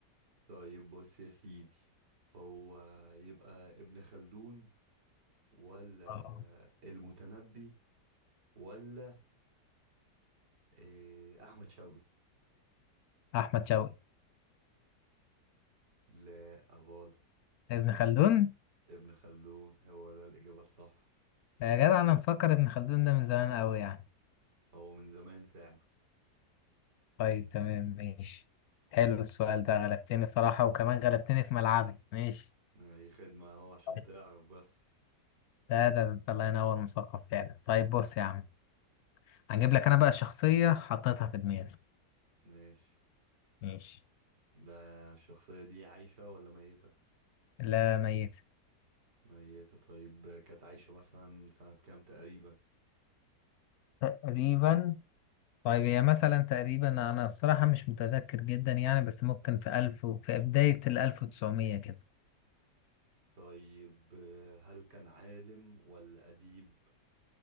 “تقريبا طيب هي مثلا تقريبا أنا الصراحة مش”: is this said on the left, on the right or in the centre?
Left